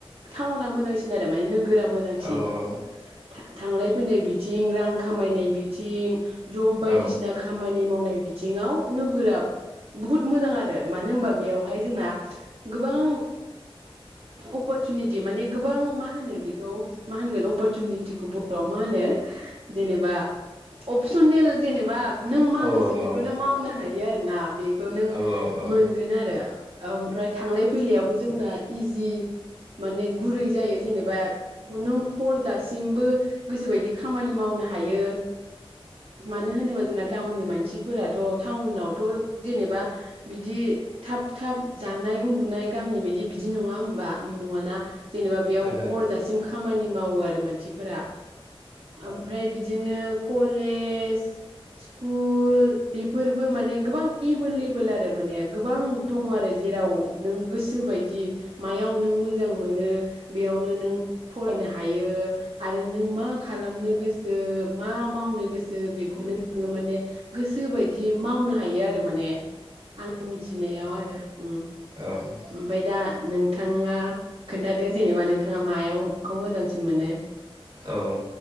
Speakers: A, on the right; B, on the right.
A: टाउना मोजांसि सिन आरो माने नोगोरा मोजांसिन
B: औ
A: था-थांलाय फैनाय बिथिं रां खामायनाय बिथिं जब
B: औ
A: बायदिसिना खामानि मावनाय बिथिङाव नोगोराब बुहुत मोजां आरो मानो होनबा बेयावहाय जोंना गोबां अपरचुनिटि माने गोबां मा होनो बेखौ मा होनगोन अपरसचुनिटिखौ बर'आव मा होनो जेनेबा अपसनेल जेनेबा नों मा
B: ओहो
A: गोसो
B: औ
A: बेखौनो मावनो हायो आरो ना बेखौ नों
B: औ औ
A: मोनगोन आरो ओमफ्राय थांलाय फैलायावबो जोंना इजि माने गुरै जायो जेनेबा नों हर जासिमबो गोसोबायदि खामानि मावनो हायो मानो होनोबा जोंना टाउननि मानसिफोराथ' टाउनावथ' जेनेबा बिदि थाब थाब जानाय उन्दुनाय गामिनि बायदि बिदि नङा होमबा नङाना जेनेबा बेयाव
B: औ
A: हरजासिम खामानि मावो आरो मानसिफोरा आमफ्राय बिद दिनो कलेज स्कुल बेफोरबो माने गोबां एभेलेबोेल आरो माने गोबां दङ आरो जेराव नों गोसो बायदि मायाव नों मोजां मोनो बेयावनो नों फरायनो हायो आरो नों मा खालामनो गोस सो मा मावनो गोसो बेखौनो नोङो माने गोसो बायदि मावनो हायो आ रो माने आंनि मिथिनायाव आरो उम
B: औ
A: ओमफाय दा नोंथाङा खोन्थादो जेनेबा नोंथाङा मायावखौ मोजांसिन मोनो
B: औ